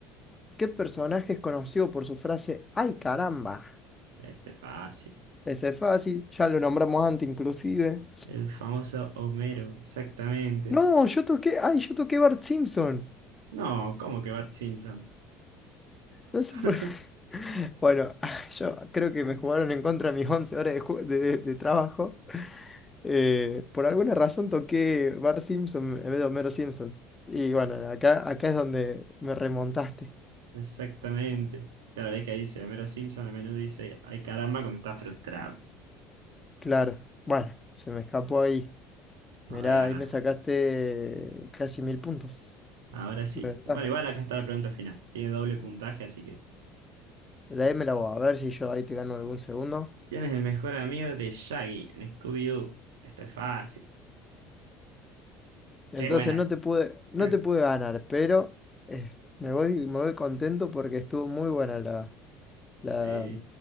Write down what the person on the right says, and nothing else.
Este fácil.
El famoso Homero, exactamente.
No, ¿cómo que Bart Simpson?
<laughs>
Exactamente. Cada vez que dice Homero Simpson, a menudo dice, ay caramba, cuando está frustrado.
Ay,
ahora,
ahora sí.
Bueno, igual acá está la pregunta final. Tiene doble puntaje, así que.
¿Quién es el mejor amigo de Shaggy en Scooby-Doo? Esto es fácil.
¡Qué buena!
<laughs>
Sí.